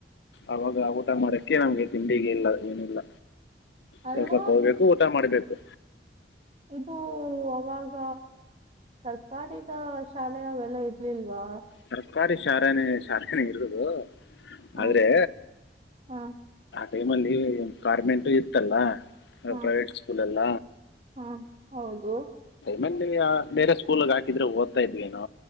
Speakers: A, on the left; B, on the right.
A: ಅವಾಗ ಆ ಊಟ ಮಾಡಕ್ಕೆ ನಮಗೆ ತಿಂಡಿಗೆ ಇಲ್ಲ ಏನಿಲ್ಲ,
B: ಅಲ್ಲ
A: ಕೆಲ್ಸಕ್ಕೆ ಹೋಗ್ಬೇಕು ಊಟ ಮಾಡ್ಬೇಕು.
B: ಇದು ಅವಾಗ ಸರ್ಕಾರಿದ ಶಾಲೆಯೆಲ್ಲ ಇರ್ಲಿಲ್ವಾ?
A: ಸರ್ಕಾರಿ ಶಾಲೆನೇ ಶಾಲೆನೇ ಇರದು
B: ಹ
A: ಆದ್ರೆ,
B: ಹ
A: ಟೈಮಲ್ಲಿ ಕಾರ್ಮೆಂಟು ಇತ್ತಲ್ಲ?
B: ಹ
A: ಪ್ರೈವಟ್ ಸ್ಕೂಲ್ ಎಲ್ಲ,
B: ಹ ಹೌದು
A: ಮೊನ್ನೇ ಬೇರೆ ಸ್ಕೂಲ್ಗ್ ಹಾಕಿದ್ರೆ ಓದ್ತಾ ಇದ್ರೇನೋ